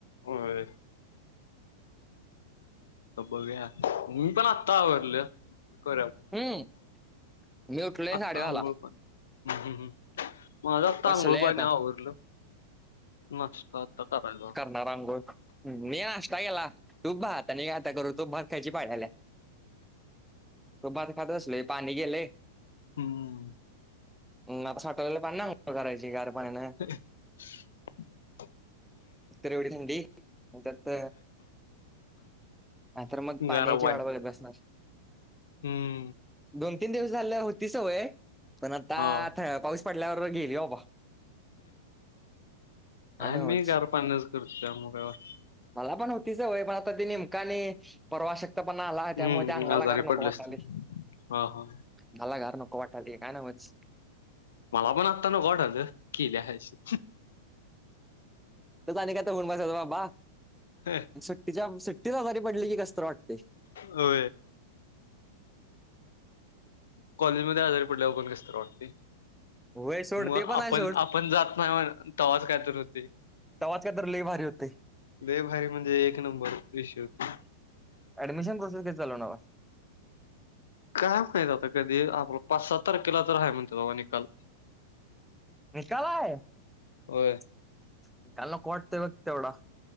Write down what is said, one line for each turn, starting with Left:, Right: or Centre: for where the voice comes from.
Left: होयं. तर बघूया मी पण आत्ता आवरल, म्हणाल करूया फोन.
Centre: हम्म, मी उठलोय
Left: आत्ता
Centre: साडे दहाला.
Left: आंघोळ पण हम्म हम् ह. माझा
Centre: बसलोय
Left: आंघूळ पाणी
Centre: आता
Left: आवरलं मस्त आता करायला.
Centre: नार अंघोळ मी नाष्टा केला. तू भाता आणि का आता करू तू भात खायची पाड्याला तू भात खात असलो. पाणी गेले.
Left: हम्म.
Centre: ह आता साठवलेला पाण ना करायची गार पाणानं
Left: <unintelligible>
Centre: इ तर एवढी थंडी त्यात ह तर मग पाण्याची
Left: गरम पाणी
Centre: वाढ बत बसणारस.
Left: हम्म.
Centre: दोन तीन दिवस झाल्या होती सवय पण आता
Left: हा.
Centre: पाऊस पडल्यावर गेली हो बाबा.
Left: आहे
Centre: आणि होच
Left: मी गार पाणीच करतो त्या मुळं काय वाटत नाही
Centre: मला पण होतीचवय पण आता ती नेमक आणि परवा शक्त पण आला त्यामुळे
Left: हम्म
Centre: ते अंगालाग
Left: आजारी
Centre: नको
Left: पडलेस
Centre: वाटायलय.
Left: तू. हा हा
Centre: मला घर नको वाटाली काय नव्हच.
Left: मला पण आता नको वाटालतं केल्याहाशी.
Centre: त आणि काय तर होऊन बसायचं बाबा.
Left: हा.
Centre: सुट्टीच्या सुट्टीच आजारी पडली की कसत वाटते.
Left: अ. कॉलेजमध्येध्ये आजारी पडल्यावर पण कसत वाट.
Centre: होय सोड
Left: मग
Centre: ते पण
Left: आपण
Centre: आहे सोड
Left: आपण जात नाही म्ह तवाच काय तर होते.
Centre: तवाज काय तर लई भारी होते.
Left: लय भारी म्हणजे एक नंबर इश होती.
Centre: ऍडमशन प्रसेस कधी चालू होणार.
Left: काय माहित आता कधी आपला पाच सात तारखेला तर आहे म्हणते बाबा निकाल
Centre: निकाल आहे निकाल
Left: होय
Centre: नको वाटतय बघ तेवढा.